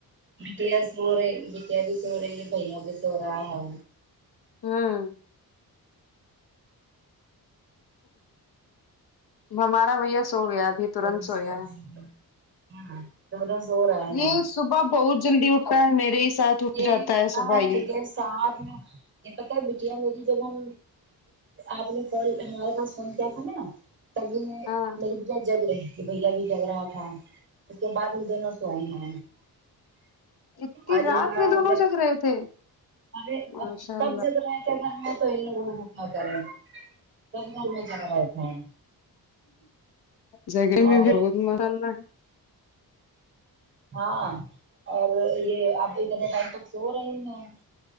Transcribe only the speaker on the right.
بیٹیا سو رہے بیٹیا بھی سو رہی بھیا بھی سو رہا ہے
دونوں
سو رہے ہے ہاں دونوں سو رہے ہے
یہی
پتا
ہے
یہ کے ساتھ میں یہ پتا بیٹیا میری جب ہم آپ نے کال ہمارے پاس فون کیا تھا نا تبہی
میری بیٹیا جگ رہی تھی بھیا بھی جگ رہا تھا اس کے بعد میں دونوں سوے ہے
آج
ان کا
مطلب
ارے
سب
جگ رہے تھے گھر میں تو ان لوگوں کو کیا کریں سب گھر میں جگ رہے تھے
اور
ہاں اور یہ اب اتنے ٹائم تک سو رہی ہیں